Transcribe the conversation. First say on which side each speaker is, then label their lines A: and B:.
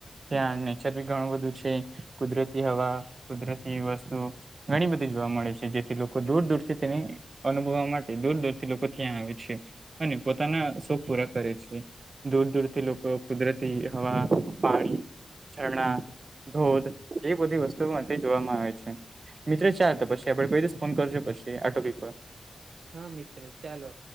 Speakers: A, on the right; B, on the right.
A: ત્યાં નેચર બી ઘણું બધું છે કુદરતી હવા કુદરતી વસ્તુ ઓ. ઘણી બધી જોવા મળે છે જેથી લોકો દૂર દૂર થી તેને અનુભવવા માટે દૂર દૂર તે લોકો ત્યાં આવે છે અને પોતાના શોખ પૂરા કરે છે. દૂર દૂરથી લોકો કુદરતી હવા પાણી ચરણા ધોધ એ બધી વસ્તુ તો માટે તે જોવામાં આવે છે મિત્રો ચાલ તો પછી આપડે કોઈ દીસ ફોન કરજો પછી આ ટોપીક પર.
B: હા મિત્રો ચાલો.